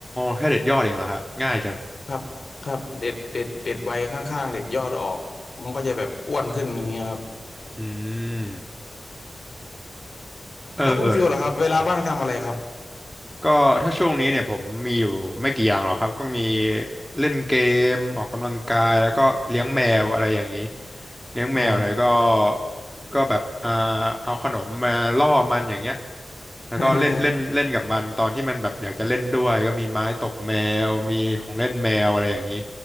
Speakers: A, in the centre; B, on the left.
A: แค่เด็ดยอดเองเหรอฮะง่ายจัง
B: ครับครับเด็ดเด็ดเด็ดใบข้างๆเด็ดยอดออกมันก็จะแบบอ้วนขึ้นอย่างเงี้ยครับ
A: อืมเออเออ
B: แล้วคุณฟิลล่ะครับเวลาว่างทำอะไรครับ
A: ใช่ ก็ถ้าช่วงนี้เนี่ยผมมีอยู่ไม่กี่อย่างหรอกครับก็มีเล่นเกมออกกำลังกายแล้วก็เลี้ยงแมวอะไรอย่างนี้เลี้ยงแมวเนี่ยก็
B: อ๋อ
A: ก็แบบอ่าเอาขนมมาล่อมันอย่างเงี้ยแล้วก็เล่นเล่นเล่นกับมันตอนที่มันแบบอยากจะเล่นด้วยก็มีไม้ตกแมวมีของเล่นแมวอะไรอย่างนี้
B: <laughs>